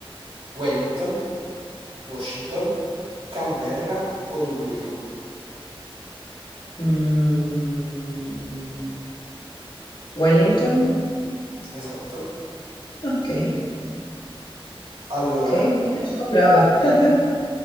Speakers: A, on the right; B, on the left.
A: Wellington, Washington, Canberra o Dublino?
B: Mm. Wellington?
A: Esatto.
B: Ok,
A: Allora,
B: ok, bene, sono brava. <laughs>